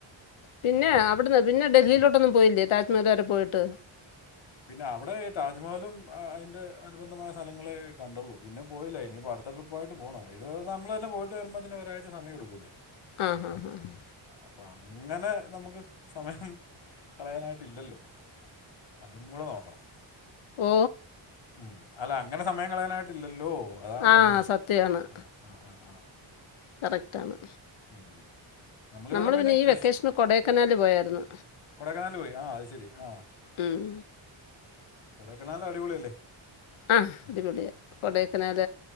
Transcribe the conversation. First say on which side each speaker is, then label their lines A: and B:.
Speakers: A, on the left; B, on the left.
A: പിന്നെ അവിടന്ന് പിന്നെ ഡൽഹിയിലോട്ടൊന്നും പോയില്ലേ താജ്മഹൽ വരെ പോയിട്ട്
B: പിന്നെ അവിടെ താജ്മഹലും അതിന്റെ അനുബന്ധമായ സ്ഥലങ്ങളെ കണ്ടുള്ളു പിന്നെ പോയില്ല ഇനി പ അത്രട്രിപ്പായിട്ട് പോണം ഇത് നമ്മൾ തന്നെ പോയിട്ട് വരുമ്പോന്ന ഒരാഴ്ച സമയ എടുക്കുന്നേ
A: ആ ഹ ഹ ഹ ഹ
B: അപ്പൊ അങ്ങനെ നമുക്ക് സമയം കളയാനായിട്ട്ല്ലല്ലോ അതും കൂടെ നോക്കണം
A: ഓ
B: ഉം അല്ല അങ്ങനെ സമയം കളയാനായിട്ടില്ലല്ലോ. അതാണ്
A: ആ
B: പറഞ്ഞതേ
A: സത്യാണ്.
B: ആ ആ ആ ആ
A: കറക്റ്റണ്
B: ഉം. നമ്മളിവിടെ
A: നമ്മള് പിന്നെ ഈ
B: കൃഷി
A: വെക്കേഷന് കൊടൈക്കനാല് പോയായിരുന്നു
B: കൊടൈക്കനാൽ പോയി ആ ശരി ആ
A: ഉം
B: കൊടക്കനാല് അടിപൊളിഅല്ലെ
A: അ അടിപൊളിയ കൊടക്കനാല